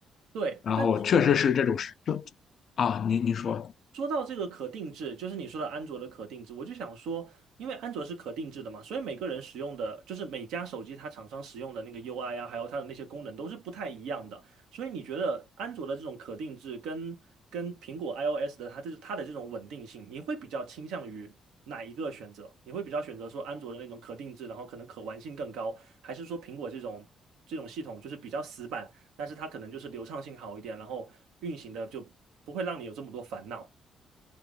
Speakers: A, on the right; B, on the left.
A: 对，
B: 然后确实是这种事，
A: 但是
B: 啊，您您说，
A: 说到这个可定制，就是你说的安卓的可定制，我就想说，因为安卓是可定制的嘛，所以每个人使用的，就是每家手机它厂商使用的那个 UI 啊，还有它的那些功能都是不太一样的。所以你觉得安卓的这种可定制跟跟苹果 iOS 的它这它的这种稳定性，你会比较倾向于哪一个选择？你会比较选择说安卓的那种可定制，然后可能可玩性更高，还是说苹果这种这种系统就是比较死板，但是它可能就是流畅性好一点，然后运行的就不会让你有这么多烦恼？